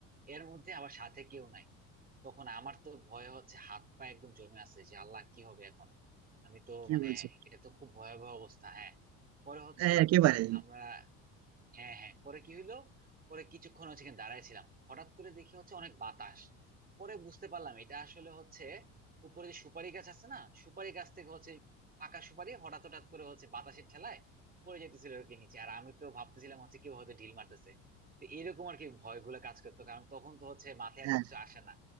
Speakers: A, on the right (about 25°); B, on the right (about 50°).
A: এর মধ্যে আবার সাথে কেউ নাই তখন আমার তো ভয় হচ্ছে হাত পা একদম জমে আছে যে আল্লাহ কি হবে এখন আমি তো
B: কি
A: মানে
B: বলছো
A: এটা তো খুব ভয়াবহ অবস্থা হ্যাঁ পরে হচ্ছে
B: হ্যাঁ, একেবারেই
A: আমরা হ্যাঁ হ্যাঁ পরে কি হইলো পরে কিছুক্ষণ হচ্ছে এখানে দাঁড়াইছিলাম হঠাৎ করে দেখি হচ্ছে অনেক বাতাস পরে বুঝতে পারলাম এটা আসলে হচ্ছে উপরে যে সুপারি গাছ আছে না সুপারি গাছ থেকে হচ্ছে পাকা সুপারি হঠাৎ হঠাৎ করে হচ্ছে বাতাসের ঠেলায় পড়ে যেতেছিল আর কি নিচে আর আমি তো ভাবতেছিলাম হচ্ছে কেউ হয়তো ঢিল মারতেছে তো এরকম আর কি ভয়গুলো কাজ করতো কারণ তখন তো হচ্ছে মাথায়
B: হ্যাঁ
A: এত কিছু আসে না